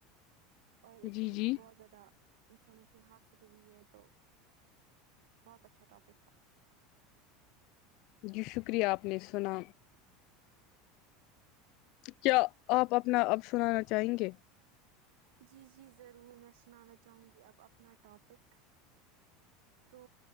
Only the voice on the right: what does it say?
اور اس
سے مجھے
بہت زیادہ انفارمیشن حاصل ہوئی ہے تو بہت اچھا ٹوپک تھا
جی جی ضرور میں سنانا چاہوں گی اب اپنا ٹاپک تو